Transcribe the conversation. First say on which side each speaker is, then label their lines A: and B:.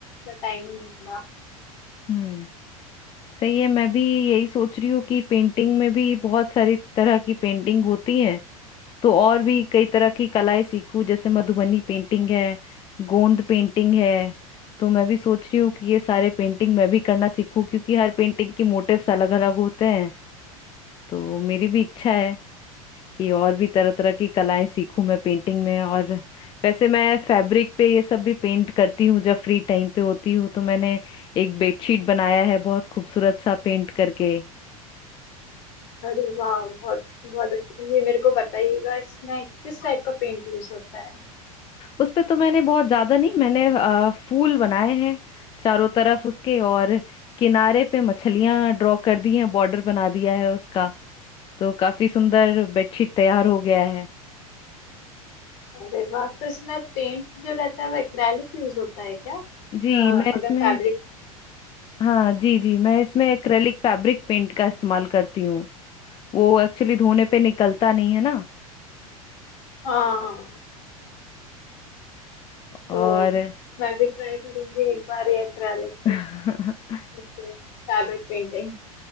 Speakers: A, on the left; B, on the left.
A: टाइम नहीं मिला
B: हम्म सही है मैं भी यही सोच रही हूँ कि पेंटिंग में भी बहुत सारी तरह की पेंटिंग होती है तो और भी कई तरह की कलाएं सीखूं जैसे मधुबनी पेंटिंग है गोंद पेंटिंग है तो मैं भी सोच रही हूँ कि ये सारे पेंटिंग मैं भी करना सीखूं क्योंकि हर पेंटिंग के मोटिव्स अलग अलग होते हैं तो मेरी भी इच्छा है कि और भी तरह तरह की कलाएं सीखूं मैं पेंटिंग में और वैसे मैं फैब्रिक पे ये सब भी पेंट करती हूँ जब फ्री टाइम पे होती हूँ तो मैंने एक बेडशीट बनाया है बहुत खूबसूरत सा पेंट करके
A: अरे वाह बहुत बहुत अच्छा ये मेरे को बताइएगा इसमें किस टाइप का पेंट यूज होता है
B: उस पे तो मैंने बहुत ज्यादा नहीं मैंने अ, फूल बनाए हैं चारों तरफ उसके और किनारे पे मछलियां ड्रॉ कर दी हैं बॉर्डर बना दिया है उसका तो काफी सुंदर बेडशीट तैयार हो गया है
A: अरे वाह तो इसमें पेंट जो रहता है वो एक्रेलिक यूज होता है क्या
B: जी
A: अ,
B: मैं
A: अगर
B: इसमें
A: फैब्रिक
B: हाँ जी जी मैं इसमें एक्रेलिक फैब्रिक पेंट का इस्तेमाल करती हूँ वो एक्चुअली धोने पे निकलता नहीं है ना
A: हाँ हाँ
B: और
A: तो मैं भी ट्राई करूंगी एक बार ये एक्रेलिक
B: <laughs>
A: उससे फैब्रिक पेंटिंग